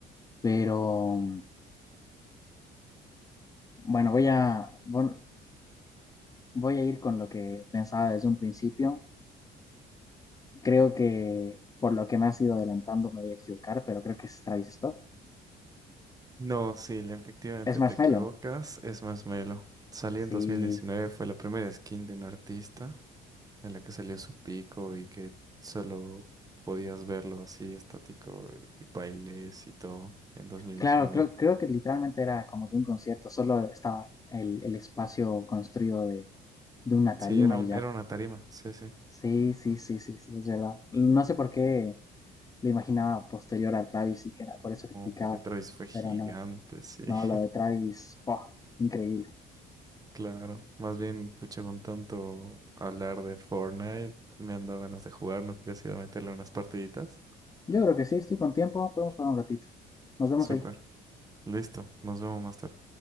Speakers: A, on the left; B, on the right.
A: Pero bueno, voy a, bueno, voy a ir con lo que pensaba desde un principio. Creo que por lo que me has ido adelantando me voy a equivocar, pero creo que es Travis Scott.
B: No, sí, le- efectivamente
A: Es Marshmello.
B: te equivocas. Es Marshmello. Salió
A: Sí,
B: en 2019, fue la primera skin de un artista en la que salió su pico y que solo podías verlo así estático y bailes y todo en 2019.
A: claro, creo, creo que literalmente era como que un concierto, solo estaba el, el espacio construido de, de una tarima
B: Sí, era un,
A: y ya.
B: era una tarima, sí, sí.
A: Sí, sí, sí, sí, sí, es verdad. Y No sé por qué lo imaginaba posterior a Travis y que era por eso criticado,
B: Oh, porque Travis fue gigante,
A: pero no,
B: sí. <laughs>
A: no, lo de Travis, ¡buah! increíble.
B: Claro, más bien, pucha, con tanto hablar de Fortnite, me han dado ganas de jugar, ¿no quieres ir a meterle unas partiditas?
A: Yo creo que sí, estoy con tiempo, podemos jugar un ratito. Nos vemos
B: Súper,
A: ahí.
B: listo, nos vemos más tarde.